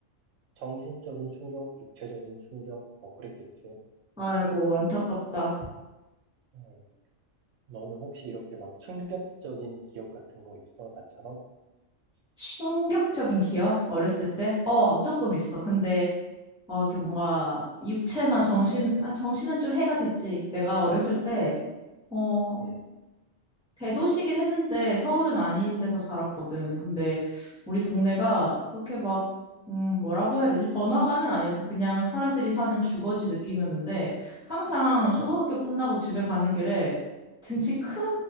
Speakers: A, on the right (about 75°); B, in the centre.
A: 정신적인 충격, 육체적인 충격, 뭐 그랬겠지.
B: 아이고, 안타깝다.
A: 음, 너는 혹시 이렇게 막 충격적인 기억 같은 거 있어? 나처럼?
B: 충격적인 기억? 어렸을 때? 어, 조금 있어. 근데, 어, 이렇게 뭔가, 육체나 정신, 아, 정신은 좀 해가 됐지. 내가 어렸을 때, 어,
A: 음,
B: 대도시긴 했는데 서울은 아닌 데서 자랐거든. 근데 우리 동네가 그렇게 막, 음, 뭐라고 해야 되지? 번화가는 아니었어. 그냥 사람들이 사는 주거지 느낌이었는데 항상 초등학교
A: 어,
B: 끝나고 집에 가는 길에 등치 큰